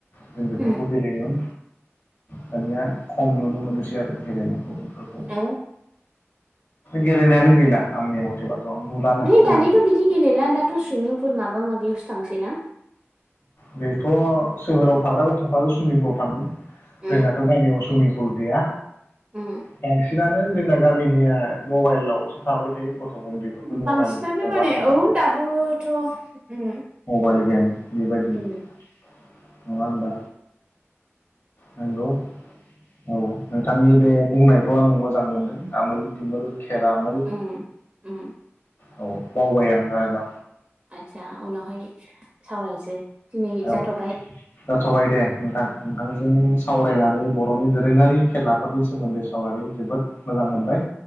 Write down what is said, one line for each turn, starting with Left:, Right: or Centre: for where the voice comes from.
Left: जों बेफोरखौ
Right: उम
Left: गेलेयोमोन दानिया खम नुनो मोनोसै आरो गेलेनाय। उनदै फोरखौ
Right: औ
Left: गेलेनायानो गैला आंनि मथे बा <unintelligible> नुलानो
Right: माने
Left: जों
Right: दानिथ बिदि गेलेला दाथ सुइमिं फुल माबा माबि निउस थांसै ना
Left: बेथ' सोहोराव थाग्रा गथ'फ्रालसो सुइमिं पुलाव थाङो जोंनाथ
Right: उम
Left: गामियाव सुइमिं पुल गैया।
Right: उम
Left: बांसिनानो जोंना गामिनिया। मबाइलावसो थाबाय थायो। गथ' उन्दैफोरखौ मबाइल
Right: बांसिनानो
Left: हगार
Right: माने
Left: हगार
Right: औ दाबोथ' उम।
Left: Mobile game. बेबायदि नंङा
Right: उम
Left: होमबा। नंगौ औ नोंथांनि बे बुंनाय। बे आं मोजां मोनदों आमोल दिमोल खेरामोल
Right: उम उम
Left: औ बावबाय आं आरोबा।
Right: आदसा उनावहाय सावरायनोसै दिनै
Left: औ
Right: जाथबाय।
Left: जाथ'बाय दे नोंथां नोंथांजों सावरायनानै बर'नि दोरोङारि खेलाफोरनि सोमोन्दै सावरायनानै जोबोद मोजां मोनबाय।